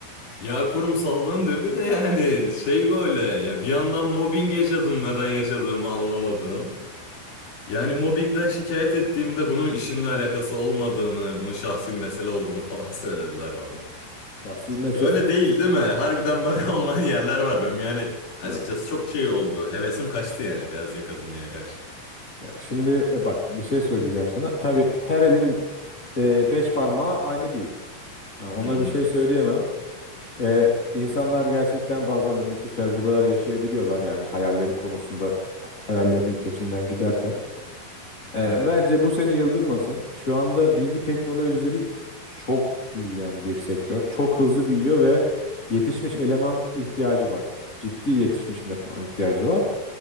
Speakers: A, on the left; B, on the left.
A: Ya kurumsallığın dibi de yani şey böyle ya bir yandan mobbing yaşadım neden yaşadığımı anlamadım. Yani mobbingden şikayet ettiğimde bunun işimle alakası olmadığını, bunun şahsi bir mesele olduğunu falan <laughs> söylediler bana.
B: Şahsi mesele
A: Ya öyle değil değil mi? Harbiden böyle <laughs> olmayan yerler var benim yani. Açıkçası
B: yok.
A: çok şey oldu. Hevesim kaçtı yani beyaz yaka dünyaya karşı.
B: Ya şimdi e, bak bir şey söyleyeceğim sana. Tabii her elin e, beş parmağı aynı değil. Yani
A: <laughs> Hı
B: ona
A: hı.
B: bir şey söyleyemem. E, insanlar gerçekten bazen olumsuz tecrübeler yaşayabiliyorlar. Yani hayalleri konusunda hayallerinin peşinden giderken. E,
A: Aha.
B: bence bu seni yıldırmasın. Şu anda bilgi teknolojileri çok büyüyen bir sektör. Çok hızlı büyüyor ve yetişmiş eleman ihtiyacı var. Ciddi yetişmiş eleman ihtiyacı var.